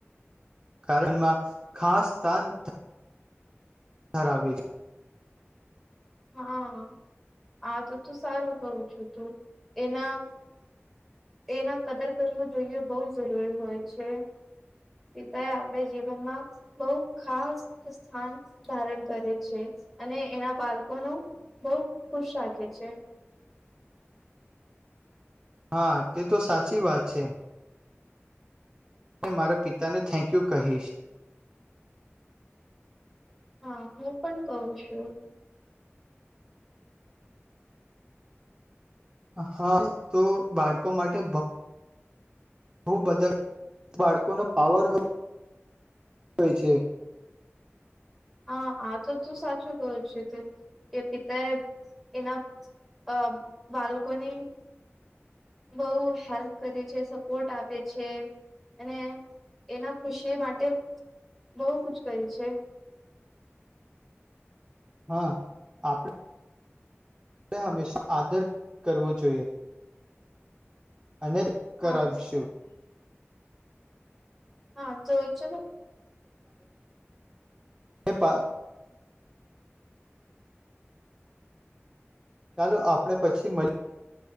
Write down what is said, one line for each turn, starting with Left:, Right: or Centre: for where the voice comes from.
Right: કારણમાં ખાસ સ્ાન હરાબ છે
Centre: હા આ તો તું સારું કહું છું તું એના એના કદર કરવું જોઈએ બહ જરૂરી હોય છે પિતા એ આપણે જીવનમાં બહુ ખાસ સ્થાન ધારણ કરે છે અને એના બાળકોનું બહુ ખુશ રાખે છે
Right: હા તે તો સાચી વાત છે હ મારા પિતાને થેન્ક યુ કહીશ
Centre: હા હું પણ કહું છું
Right: હા તો બાળકો માટે બ બધા બાળકો ન પાવર હોય હોઈ છે
Centre: હા આ તો ત સાચું કવું છે તે કે પિતા એ એના બાળકોની બહ હેલ્પ કરે છે સપોર્ટ આપે છે અને એના ખુશી માટે બહુ ક કરી છે
Right: હા આપડે આપણે હંમેશા આદર કરવો જોઈએ અને કરાવશું
Centre: હા હા તો ચલોો
Right: નેપાર ચાલો આપણે પછી મળ